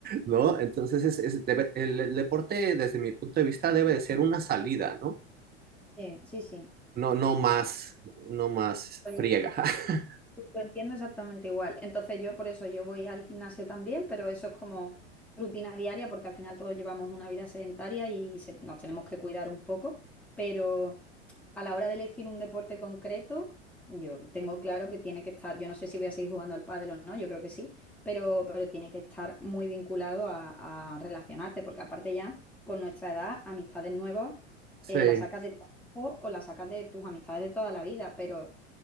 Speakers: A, on the right (about 25°); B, in the centre.
A: ¿no? Entonces es, es- debe- el, el deporte desde mi punto de vista debe de ser una salida, ¿no?
B: Sí, sí, sí.
A: No, no más, no más
B: Pues,
A: friega. <laughs>
B: Lo entiendo exactamente igual. Entonces yo por eso yo voy al gimnasio también, pero eso es como rutina diaria porque al final todos llevamos una vida sedentaria y se- nos tenemos que cuidar un poco, pero... a la hora de elegir un deporte concreto, yo tengo claro que tiene que estar, yo no sé si voy a seguir jugando al pádel o no, yo creo que sí, pero, pero tiene que estar muy vinculado a, a relacionarte, porque aparte ya con nuestra edad, amistades nuevas,
A: Sí,
B: eh, las sacas del trabajo o las sacas de tus amistades de toda la vida, pero